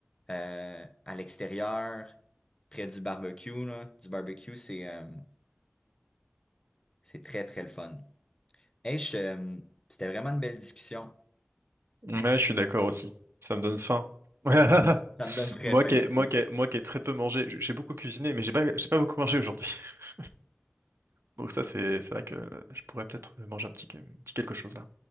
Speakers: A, on the left; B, on the right.
A: euh, à l'extérieur, près du barbecue, là, du barbecue, c'est euh, c'est très, très le fun. Hey, je, euh, c'était vraiment une belle discussion.
B: Ouais, je suis d'accord aussi. Ça me donne faim. <laughs>
A: Ça me, ça me donne très
B: Moi
A: faim
B: qui ai,
A: aussi.
B: moi qui ai- moi qui ai très peu mangé, j- j'ai beaucoup cuisiné, mais j'ai pas, j'ai pas beaucoup mangé aujourd'hui. <laughs> Donc ça, c'est, c'est vrai que euh, je pourrais peut-être manger un petit, un petit quelque chose là.